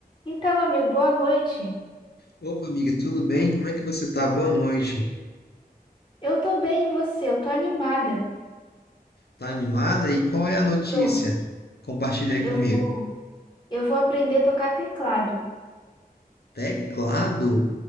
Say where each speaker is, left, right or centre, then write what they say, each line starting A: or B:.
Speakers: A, on the left; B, on the left.
A: Então, amigo, boa noite.
B: Opa, amiga, tudo bem? Como é que você tá? Boa noite.
A: Eu tô bem, e você? Eu tô animada.
B: Tá animada? E qual é a notícia?
A: Eu,
B: Compartilha aí
A: eu
B: comigo.
A: vou, eu vou aprender a tocar teclado.
B: Teclado.